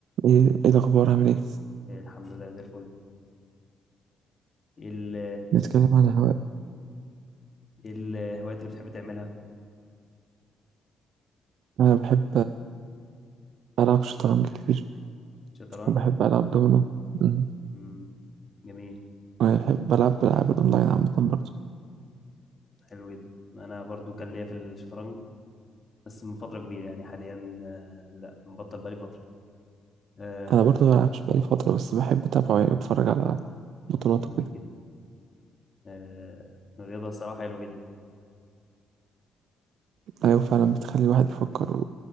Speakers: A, on the right; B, on the left.
A: ايه إيه الاخبار عامل ايه
B: إيه، الحمد لله زي الفل إيه ال
A: نتكلم عن الهواء
B: إيه الهوايات اللي بتحب تعملها
A: انا بحب العب شطرنج كتير
B: شطرنج
A: وبحب العب دومينو أمم.
B: مم. جميل
A: وانا بحب العب العاب الاونلاين عامه برضه
B: حلو جدا انا برضو كان ليا في الشطرنج بس من فترة كبيرة يعني حاليا آه، لا مبطل بقالي فترة آه،
A: انا برضه ما بلعبش بقالي فتره بس بحب اتابعه يعني بتفرج على بطولاته
B: جميل
A: كده
B: جدا آه، الرياضة الصراحة حلوة جدا
A: ايوه فعلا بتخلي الواحد يفكر